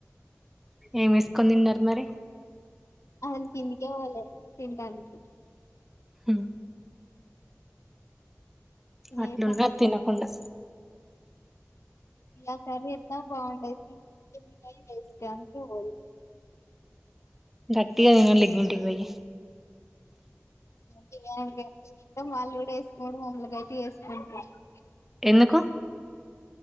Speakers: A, in the centre; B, on the left.
A: ఏంఏసుకొని తిన్నారు మరి
B: అసలు కిందికే పోలే తింటానికి
A: ఉమ్ అట్లున్న
B: ఏ సాయంత్రం
A: తినకుండా
B: ఈగ ఆ కర్రీ ఎట్లా బాగుండదు కిందికిపోయే వెస్ట్ అందుకే పోలే
A: గట్టిగా తినాలి ఇంటికి పోయి
B: <unintelligible> వాళ్ళు కూడా వేసుకోడు మమ్మని గట్టి <unintelligible>
A: ఎందుకు